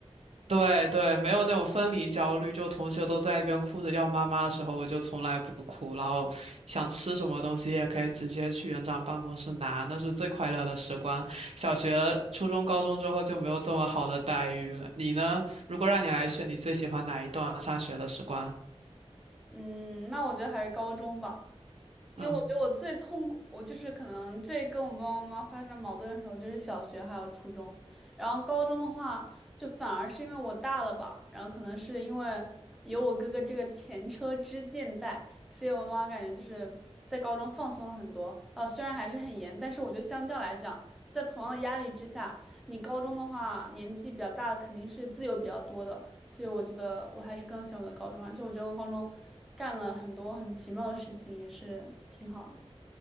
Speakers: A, on the right (about 70°); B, in the centre.
A: 对对，没有那种分离焦虑，就同学都在一边哭着要妈妈的时候，我就从来不哭，然后想吃什么东西也可以直接去园长办公室拿，那是最快乐的时光。小学、初中、高中之后就没有这么好的待遇了。你呢？如果让你来选，你最喜欢哪一段上学的时光？
B: 嗯，那我觉得还是高中吧，因为我觉得我最痛苦，
A: 嗯。
B: 我就是可能最跟我爸爸妈妈发生矛盾的时候，就是小学还有初中，然后高中的话，就反而是因为我大了吧，然后可能是因为有我哥哥这个前车之鉴在，所以我妈妈感觉就是在高中放松了很多，呃，虽然还是很严，但是我觉得相较来讲。就在同样的压力之下，你高中的话年纪比较大，肯定是自由比较多的，所以我觉得我还是更喜欢我的高中，而且我觉得我高中干了很多很奇妙的事情，也是挺好的。